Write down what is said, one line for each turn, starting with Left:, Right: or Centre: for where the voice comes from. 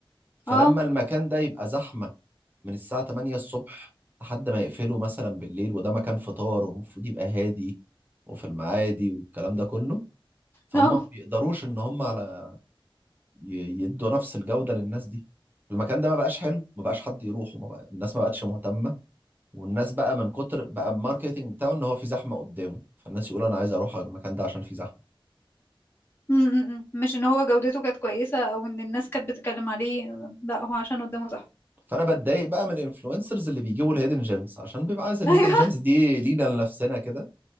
Right: فلما
Left: اه
Right: المكان ده يبقى زحمه من الساعه 8 الصبح لحد ما يقفله مثلا بالليل وده مكان فطار ومفروض يبقى هادي وفي المعادي والكلام ده كله فهم
Left: آه.
Right: ما بيقدروش ان هم على ي- يدوا نفس الجودة للناس دي المكان ده ما بقاش حلو ما بقاش حد يروحه ما بقى الناس ما بقتش مهتمة والناس بقى من كتر بقى الماركتينج بتاعه ان هو في زحمة قدامه فالناس يقول انا عايز اروح على المكان ده عشان في زحمة
Left: م- م- م. مش ان هو جودته كانت كويسة او ان الناس كانت بتتكلم عليه لا هو عشان قدامه صح
Right: فانا بتضايق بقى من الانفلونسرز اللي بيجيبوا الهيدن جيمز عشان بيبقى عايز الهيدن
Left: <laughs> ايوه
Right: جيمز دي لينا لنفسنا كده